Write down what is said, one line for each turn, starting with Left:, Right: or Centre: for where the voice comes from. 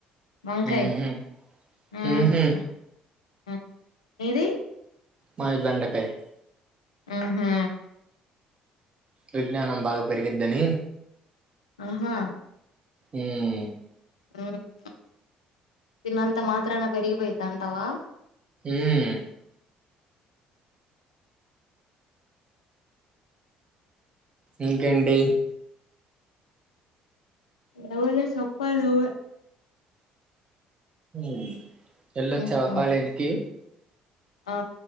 Left: వంకాయ
Right: ఊహు
Left: ఉమ్
Right: ఊహు
Left: నీది
Right: మాది బెండకాయి
Left: హుహు
Right: విజ్ఞానం బాగా పెరిగిద్దని
Left: ఆహా
Right: ఉమ్
Left: ఉమ్ తినంతా మాత్రాన పెరిగిపోయిద్ది అంటావా
Right: ఉమ్ ఇంకేంటి
Left: ఏమీలే చెప్పాలి నువ్వే
Right: ఉమ్ వెళ్ళొచ్చావా
Left: మ్మ్
Right: కాలేజీ కి
Left: ఆ